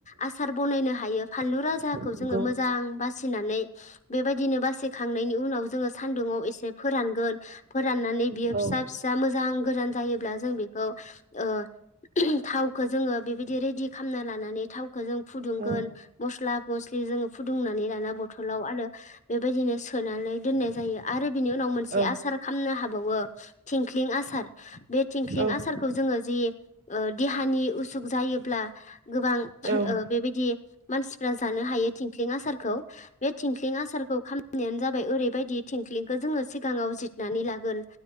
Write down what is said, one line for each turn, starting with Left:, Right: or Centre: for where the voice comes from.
Left: आसार बनायनो हायो फानलु राजाखौ
Right: नंगौ
Left: जोङो मोजां बासिनानै बेबायदिनो बासि बेनि उनाव जोङो सान्दुङाव ए से फोरानगोन फोरनानै बियो
Right: औ
Left: फिसा फिसा मोजां गोरान जायोब्ला जों बेखौ ओ थावखौ जोङो बेबायदि रेदि खालामना लानानै थाव खौ जों फुदुंगोन
Right: औ
Left: मस्ला मस्लि जों फुदुंनानै लाना बथलाव आरो बेबायदिनो सोनानै दोननाय जायो । आरो बिनि उनाव मोनसे
Right: औ
Left: आसार खालामनो हाबावो । थिंख्लिं आसार बे थिंख्लिं
Right: औ
Left: आसारखौ जोङो जि ओ देहानि उसुख जायोब्ला गोबां
Right: औ
Left: ओ बेबायदि मानसि फ्रा जानो हायो थिंख्लिं आसारखौ बे थिंख्लिं आसारखौ खाम बेनो जाबाय ओरैबायदि थिंखलिंखौ जोङो सिगाङाव जिरनानै लागोर